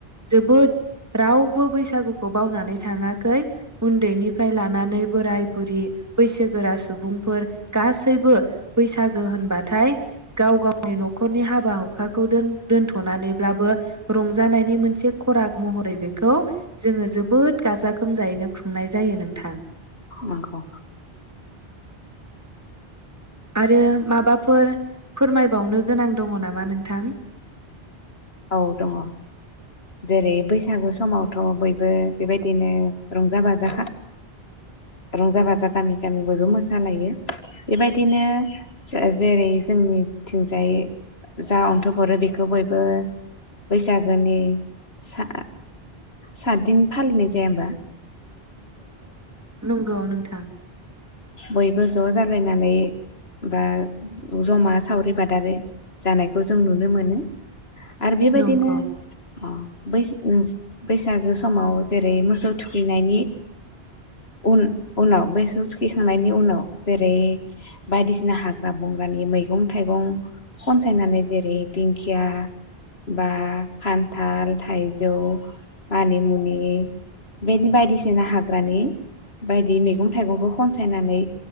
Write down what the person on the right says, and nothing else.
जोबोद रावबो बैसागुखौ बावनानै थाङाखै। उन्दैनिफ्राय लानानै बोराय बुरि बैसोगोरा सुबुंफोर गासैबो बैसा गो होनबाथाय गाव गावनि न'खरनि हाबा हुखाखौ दोनथ'नानैब्लाबो रंजानायनि मोनसे खराग महरै बे जोङो जोबोद गाजा गोमजायैनो खुंनाय जायो नोंथां।
आरो माबाफोर फोरमायबावनो गोनां दङ नामा नोंथां?
नोंगौ नोंथां
नंगौ